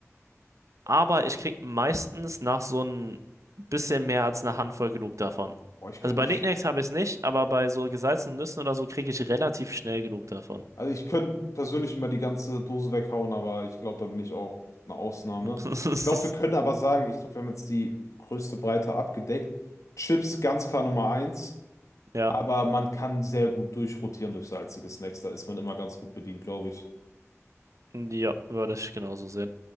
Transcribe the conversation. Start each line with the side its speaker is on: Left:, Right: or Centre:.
Right: aber ich krieg meistens nach so ein bisschen mehr als einer Handvoll genug davon.
Left: Boah, ich
Right: Also
Left: könnte
Right: bei
Left: nicht.
Right: Nicknacks habe ich es nicht, aber bei so gesalzenen Nüssen oder so kriege ich relativ schnell genug davon.
Left: Also ich könnte persönlich immer die ganze Dose weghauen, aber ich glaube, da bin ich auch eine Ausnahme.
Right: <laughs>
Left: Ich glaube, wir können aber sagen, ich glaube, wir haben jetzt die größte Breite abgedeckt. Chips ganz klar Nummer eins,
Right: Ja,
Left: aber man kann sehr gut durchrotieren durch salzige Snacks. Da ist man immer ganz gut bedient, glaube ich.
Right: ja, würde ich genauso sehen.